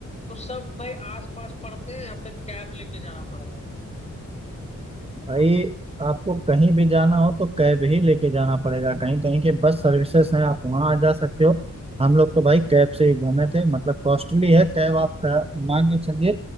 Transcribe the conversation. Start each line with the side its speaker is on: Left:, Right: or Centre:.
Left: तो सब भाई आस पास पड़ते हैं या फिर कैब लेके जाना पड़ेगा
Right: भाई आपको कहीं भी जाना हो तो कैब ही लेके जाना पड़ेगा कहीं कहीं के बस सर्विसेज हैं आप वहाँ आ जा सकते हो हम लोग तो भाई कैब से ही घूमे थे मतलब कॉस्टली है कैब आप का- मान के चलिए